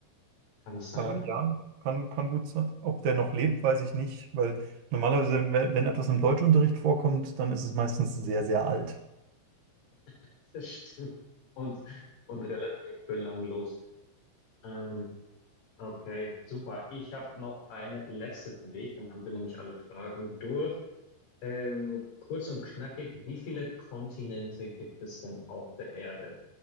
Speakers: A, on the left (about 50°); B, on the right (about 70°).
A: Kann es sein?
B: Äh, ja, kann, kann gut sein. Ob der noch lebt, weiß ich nicht, weil normalerweise, wenn, wenn etwas im Deutschunterricht vorkommt, dann ist es meistens sehr, sehr alt.
A: <laughs> Das stimmt. Und, und relativ belanglos. Ähm, Okay, super. Ich habe noch eine letzte für dich, dann haben wir nämlich alle Fragen durch. Ähm, kurz und knackig, wie viele Kontinente gibt es denn auf der Erde?